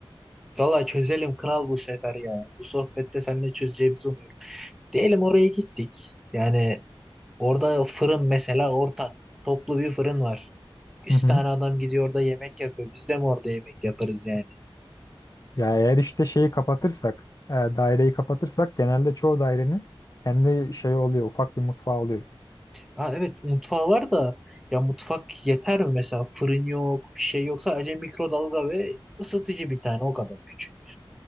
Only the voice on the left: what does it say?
Hı hı.
Ya eğer işte şeyi kapatırsak, e, daireyi kapatırsak genelde çoğu dairenin kendi şey oluyor, ufak bir mutfağı oluyor.